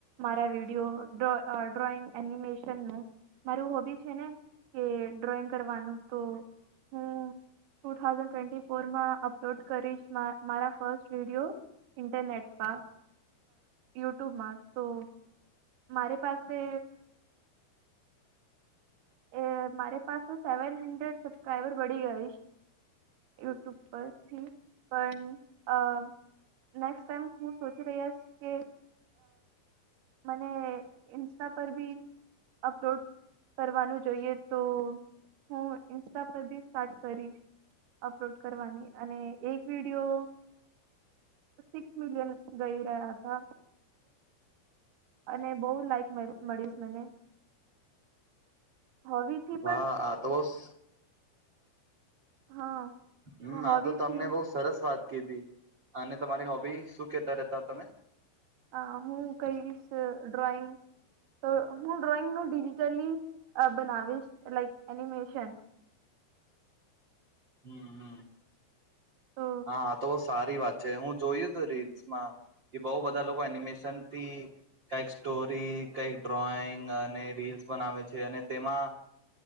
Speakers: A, on the right (about 60°); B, on the right (about 35°).
A: મારા વિડીિયો ડ્રોઈંગ એનિમેશનનુંું મારું હોબી છે ને ડ્રોઈંગ કરવાનું તો હું ટુ થાઉઝન્ડ ટ્વેન્ટી ફોરમાં અપલોડ કરીશ મારા ફર્સ્ટ વિડીિયો ઇન્ટરનેટ પર યુટ્યુબમાં તો મારે પાસે એ મારે પાસે સેવન હંડ્રેડ સબસ્ક્રાઈબર વળી ગઈશ યુટ્યુબ પરથી પણ નેક્સ્ટ ટાઈમ હું સોચી રહ્યાશ કે મને ઇન્સ્ટા પર બી અપલોડ કરવાનું જોઈએ તો હું ઇન્સ્ટા પર બી સ્ટાર્ટ કરીશ અપલોડ કરવાની અને એક વિડીિયો સિક્સ મિલિયન ગઈ રહ્યા હતા અને બહ લાઈક મળીશ મને હોબીથી
B: હા
A: પણ
B: હા તો બહ
A: હા
B: હમ
A: હોબીથી
B: આ તો તમને બહ સરસ વાત કીધી અને તમારી હોબી શું કેતા રતા હો તમે
A: અ હું કઈશ ડ્રોઈંગ તો હું ડ્રોઈંગનું ડિજિટલી બનાવીશ લાાઈક એનિમેશન
B: હમ હમ
A: તો
B: હા તો બસ સારી વાત છે હું જોયું તું રીલ્સમાં કે બહુ બધા લોકો એનિમેશનથી કઈક સ્ટોરી કઈક ડ્રોઈંગ અને રીલ્સ બનાવે છે અને તેમાં